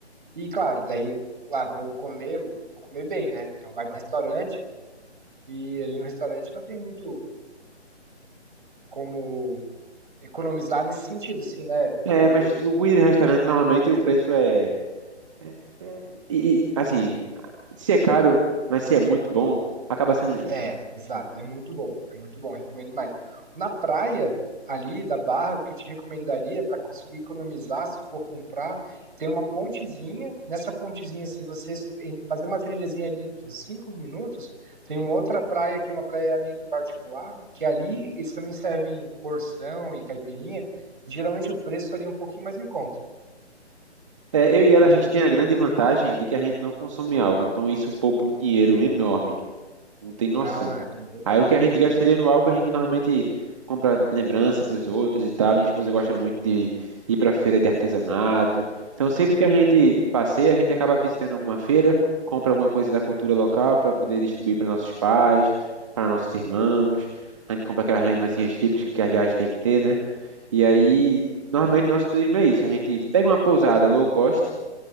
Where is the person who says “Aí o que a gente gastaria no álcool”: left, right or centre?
Right